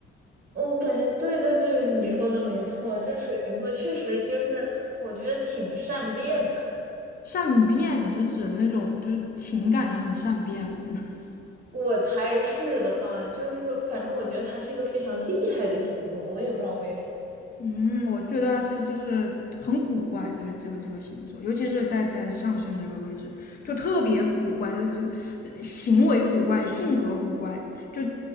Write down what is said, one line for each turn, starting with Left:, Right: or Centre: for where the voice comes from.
Right: 我感觉对对对，你说的没错，这水瓶座确实就是我觉得挺善变的，
Left: 善变也是指那种就是情感上的善变嘛。<laughs>
Right: 我猜是的吧？就是反正我觉得他是一个非常厉害的星座，我也不知道为什么。
Left: 嗯，我觉得他是就是很古怪，这个这个这个星座，尤其是在在上升这个位置，就特别古怪，就是这个呃行为古怪，性格古怪，就